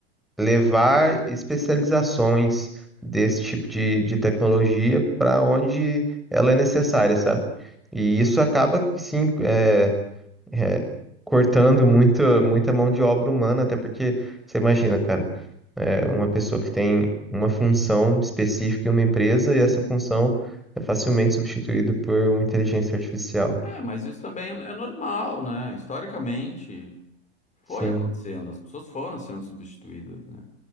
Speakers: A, in the centre; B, on the left.
A: levar especializações desse tipo de, de tecnologia para onde ela é necessária, sabe? E isso
B: Sim.
A: acaba que sim, é, é, cortando muito, muita mão de obra humana, até porque você imagina, cara, é, uma pessoa que tem uma função específica em uma empresa e essa função é facilmente substituída por uma inteligência artificial.
B: É, mas isso também é é normal, né? Historicamente foi
A: Sim,
B: acontecendo, as pessoas foram sendo substituídas, né?